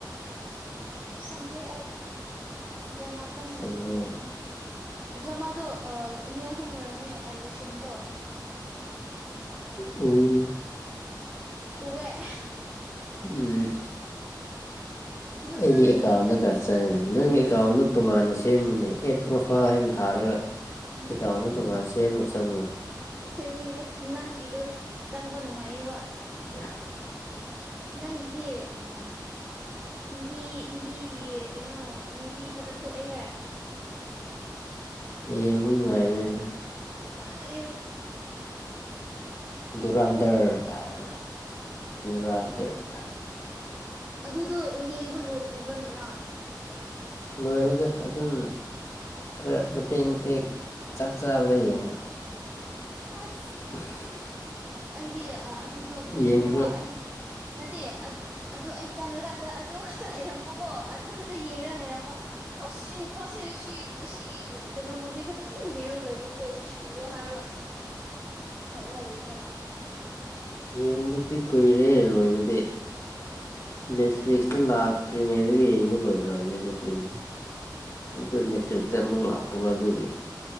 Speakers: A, on the right; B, on the left.
A: ꯁꯥꯟꯗꯦꯑ ꯗ꯭ꯔꯃꯥ ꯀꯟꯅ
B: ꯁꯟꯗꯦ
A: ꯌꯦꯡꯅ ꯂꯩꯕꯅꯤ ꯗ꯭ꯔꯃꯥꯗꯣ ꯑꯅꯤ ꯑꯍꯨꯝ ꯑꯣꯏꯔꯝꯅꯤ ꯑꯩ ꯂꯨꯁꯤꯟꯕꯗꯣ
B: ꯎꯅ
A: ꯎꯍ
B: ꯎꯝ
A: ꯐꯖꯅ
B: ꯑꯩꯒꯤ
A: ꯌꯦꯡꯈ꯭ꯔꯕꯅꯤ
B: ꯑꯦꯀꯥꯎꯟꯗꯒ ꯆꯪꯉꯦ ꯅꯪ ꯑꯦꯀꯥꯎꯟꯗꯣ ꯇꯣꯉꯥꯟꯅ ꯁꯦꯝꯕꯅꯦ ꯑꯦꯠ ꯄ꯭ꯔꯣꯐꯥꯏꯜ ꯍꯥꯏꯅ ꯊꯥꯔꯒ
A: ꯎꯝ
B: ꯑꯦꯀ ꯑꯃ ꯇꯀꯥꯟꯁꯤ ꯁꯦꯃ ꯆꯉ
A: ꯁꯤꯕꯅꯤꯗꯦ ꯅꯪꯟ ꯑ ꯆꯪꯝꯕ ꯅꯨꯡꯉꯥꯏꯌꯦꯕ
B: ꯑꯦ
A: ꯅꯪ ꯏꯦ ꯑ ꯍꯤꯟꯗꯤ ꯍꯤꯟꯗꯤꯒꯤ ꯀꯩꯅꯣ ꯃꯨꯚꯤ ꯈꯛꯇ ꯊꯣꯛꯑꯦꯍꯦ
B: ꯌꯦꯃꯅꯅꯨꯡꯉꯥꯏꯅꯤꯗ
A: ꯇꯏꯣ
B: ꯗꯨꯔꯥꯟꯗꯔ ꯀꯥꯏꯅ ꯔꯗꯔ
A: ꯑꯗꯨꯗꯣ ꯌꯦꯡꯕ ꯂꯣꯏꯗ꯭ꯔꯤꯕ꯭ꯔꯅꯤꯅ
B: ꯂꯣꯏꯔꯗ ꯑꯗꯨꯝ ꯈꯔ ꯃꯇꯦꯛ ꯃꯇꯦꯛ ꯆꯥꯛ ꯆꯥꯕꯗ ꯌꯦꯡꯕ
A: ꯑ
B: <inaudible>
A: ꯑꯩꯗꯤ ꯑꯗꯨꯗꯣ ꯀꯨꯏꯈ꯭ꯔꯦꯕ
B: ꯌꯦꯡꯕ
A: ꯑꯩ ꯅꯠꯇꯦ ꯑꯗꯨ ꯑꯩ ꯆꯪꯉꯀꯥꯟꯗ ꯑꯗꯨ ꯈꯛꯇ ꯂꯩꯔꯃꯀꯣ ꯑꯗꯨ ꯈꯛꯇ ꯌꯦꯡꯉꯒ ꯂꯩꯔꯝꯕ ꯑꯁ ꯁꯤ ꯅꯨꯄꯥꯁꯦ ꯁꯤ ꯑꯁꯤꯒꯤ ꯀꯩꯅꯣ ꯃꯨꯚꯤ ꯈꯛꯇꯛꯇꯨ ꯌꯦꯡꯉ ꯂꯩꯕ꯭ꯔꯣ ꯀꯣ ꯂꯨꯁꯤꯜꯂꯨꯔꯣ ꯍꯥꯏꯔꯒ ꯈꯜꯂ ꯋꯥꯂꯦꯅꯦ
B: ꯌꯦꯕꯗꯤ ꯀꯣꯏꯔꯦ ꯂꯣꯏ ꯍꯥꯏꯕꯗꯤ ꯅꯦꯠꯐ꯭ꯂꯤꯛꯁꯇ ꯂꯥꯛꯇ꯭ꯔꯤꯉꯩꯗꯒꯤ ꯌꯦꯡꯕ ꯂꯣꯏꯈ꯭ꯔꯕꯅꯦ ꯑ ꯑꯗꯨ ꯐꯤꯂꯝ ꯑꯗꯨ ꯅꯦꯠꯐ꯭ꯂꯤꯛꯁꯇ ꯑꯃꯨꯛ ꯂꯥꯛꯄꯒ ꯑꯗꯨꯒꯤ